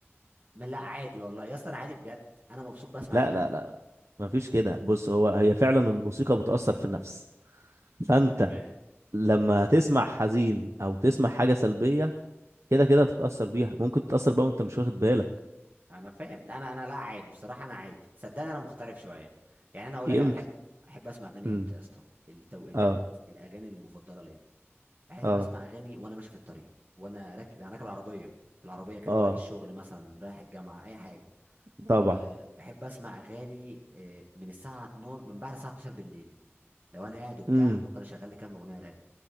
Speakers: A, on the right; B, on the right.
A: من لا عادي والله يا اسطى انا عادي بجد انا مبسوط بسمع
B: لا
A: الاغاني
B: لا
A: دي
B: لا مفيش كده بص هو هي فعلا الموسيقى بتاثر في النفس فانت
A: تمام
B: لما تسمع حزين او تسمع حاجه سلبيه كده كده هتتاثر بيها ممكن تتاثر بقى وانت مش واخد بالك
A: انا فاهم لا انا انا لا عادي بصراحه انا عادي صدقني انا مختلف شويه يعني انا اقول
B: يمكن
A: لك انا بحب احب اسمع اغاني
B: امم
A: امتى يا اسطى التوقيتات
B: اه
A: الاغاني المفضله ليا بحيث
B: اه
A: ما اسمع اغاني وانا ماشي في الطريق وانا راكب يعني راكب العربيه في العربيه كده
B: اه
A: ورايح الشغل مثلا رايح الجامعه اي حاجه
B: طبعا
A: أه بحب اسمع اغاني أه من الساعه 12 من بعد الساعه 12 بالليل لو انا قاعد وبتاع
B: امم
A: ممكن اشغل لي كام اغنيه رايقه